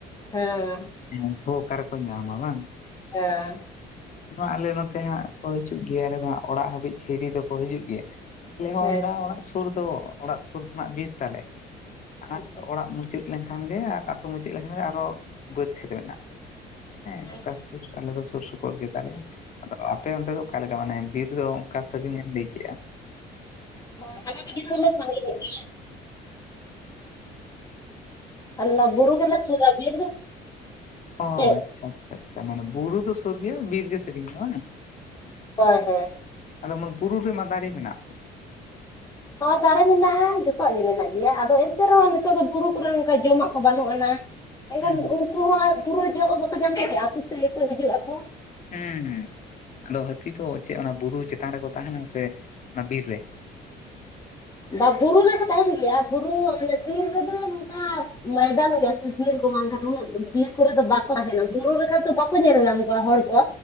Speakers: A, on the left; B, on the left.
A: ᱦᱮᱸ
B: ᱩᱱᱠᱩ ᱦᱚᱸ ᱚᱠᱟ ᱨᱮᱠᱚ ᱧᱟᱢᱟ ᱵᱟᱝ
A: ᱦᱮ
B: ᱱᱚᱣᱟ ᱟᱞᱮ ᱱᱚᱛᱮ ᱦᱟᱸᱜ ᱠᱚ ᱦᱤᱡᱩᱜ ᱜᱮᱭᱟ ᱟᱞᱮ ᱫᱚ ᱦᱟᱸᱜ ᱚᱲᱟᱜ ᱦᱟᱹᱵᱤᱡ ᱦᱤᱨᱤ ᱫᱚᱠᱚ ᱦᱤᱡᱩᱜ ᱜᱮᱭᱟ ᱟᱞᱮ ᱦᱚᱸ
A: ᱦᱮᱸ
B: ᱚᱱᱠᱟ ᱚᱲᱟᱜ ᱥᱩᱨ ᱫᱚ ᱚᱲᱟᱜ ᱥᱩᱨ ᱠᱷᱚᱱᱟᱜ ᱵᱤᱨ ᱛᱟᱞᱮ ᱟᱨ
A: ᱟᱪᱪᱷᱟ
B: ᱚᱲᱟᱜ ᱢᱩᱪᱟᱹᱫ ᱞᱮᱱᱠᱷᱟᱱ ᱜᱮ ᱟᱨ ᱟᱛᱳ ᱢᱩᱪᱟᱹᱫ ᱞᱮᱠᱷᱟᱱ ᱜᱮ ᱟᱨᱚ ᱵᱟᱹᱫᱽ ᱠᱷᱮᱛ ᱢᱮᱱᱟᱜᱼᱟ ᱦᱮᱸ ᱱᱚᱝᱠᱟ
A: ᱟᱪᱪᱷᱟ
B: ᱥᱩᱨ ᱟᱞᱮ ᱫᱚ ᱥᱩᱨ ᱥᱩᱯᱩᱨ ᱯᱩᱨ ᱜᱮᱛᱟᱞᱮᱭᱟ ᱟᱫᱚ ᱟᱯᱮ ᱚᱱᱛᱮ ᱫᱚ ᱚᱠᱟ ᱞᱮᱠᱟ ᱢᱟᱱᱮ ᱵᱤᱨ ᱫᱚ ᱚᱱᱠᱟ ᱥᱟᱹᱜᱤᱧᱮ ᱮᱢ ᱞᱟᱹᱭ ᱠᱮᱫᱮᱜᱼᱟ
A: ᱦᱳᱭ ᱟᱞᱮ ᱫᱚ ᱵᱤᱨ ᱫᱚᱞᱮ ᱥᱟᱺᱜᱤᱧᱚᱜ ᱜᱮᱭᱟ ᱟᱞ ᱵᱨ ᱜᱮᱞᱟ ᱥᱩᱨ ᱵᱤᱨ ᱫᱚ
B: ᱚ
A: ᱪᱮᱫ
B: ᱟᱪᱪᱷᱟ ᱟᱪᱪᱷᱟ ᱟᱪᱪᱷᱟ ᱢᱟᱱᱮ ᱵᱩᱨᱩ ᱛᱚ ᱥᱩᱨ ᱜᱮᱭᱟ ᱵᱤᱨ ᱜᱮ ᱥᱮᱜᱤᱧ ᱜᱮᱭᱟ ᱵᱟᱝᱮᱸ
A: ᱦᱳᱭ ᱦᱳᱭ
B: ᱟᱫᱚᱚᱱ ᱵᱩᱨᱩ ᱨᱮ ᱢᱟ ᱫᱟᱨᱮ ᱢᱮᱱᱟᱜ ᱛᱚ?
A: ᱦᱚ ᱫᱟᱨᱮ ᱢᱮᱱᱟᱜᱼᱟ᱾ ᱡᱚᱛᱚᱣᱟᱜ ᱜᱮ ᱢᱮᱱᱟᱜ ᱜᱮᱭᱟ ᱟᱫᱚ ᱮᱱᱛᱮ ᱨᱮᱦᱚᱸ ᱱᱤᱛᱚᱜ ᱫᱚ ᱵᱩᱨᱩ ᱠᱚᱨᱮ ᱝᱠᱟ ᱡᱚᱢᱟᱜ ᱠᱚ ᱵᱟᱹᱱᱩᱜ ᱟᱱᱟ᱾ ᱮᱱᱠᱷᱟᱱ
B: ᱦᱩᱸ
A: ᱩᱱᱠᱩ ᱦᱚᱸ ᱵᱩᱨᱟᱹ ᱡᱚᱢ ᱦᱚᱸ ᱵᱟᱠᱚ ᱧᱟᱢ ᱫᱟᱲ ᱠᱮᱭᱟ ᱟ ᱟᱹᱛᱩ ᱥᱮᱫ ᱜᱮᱠᱚ ᱦᱤᱡᱩᱜ ᱟᱠᱚ
B: ᱦᱮᱸ ᱦᱮᱸ ᱟᱫᱚ ᱦᱟᱹᱛᱤ ᱫᱚ ᱪᱮᱫ ᱚᱱᱟ ᱵᱩᱨᱩ ᱪᱮᱛᱟᱱ ᱨᱮᱠᱚ ᱛᱟᱦᱮᱱᱟ ᱥᱮ ᱚᱱᱟ ᱵᱤᱨ ᱨᱮ
A: ᱵᱟ ᱵᱩᱨᱩ ᱨᱮᱫᱚ ᱛᱟᱦᱮᱱ ᱜᱮᱭᱟ ᱵᱩᱨᱩ ᱢᱟᱱᱮ ᱵᱤᱨ ᱨᱮᱫᱚ ᱱᱚᱝᱠᱟ ᱢᱚᱭᱫᱟᱱ ᱜᱮᱭᱟ ᱥᱮ ᱵᱤᱨ ᱵᱟᱝᱠᱷᱟᱱ ᱩᱱᱟᱹᱜ ᱵᱤᱨ ᱠᱚᱨᱮ ᱫᱚ ᱵᱟᱠᱚ ᱛᱟᱦᱮᱱᱟ ᱵᱩᱨᱩ ᱨᱮᱠᱷᱟᱱ ᱫᱚᱚ ᱵᱟᱠᱚ ᱧᱮᱞ ᱧᱟᱢ ᱠᱚᱣᱟ ᱦᱚᱲ ᱠᱚ᱾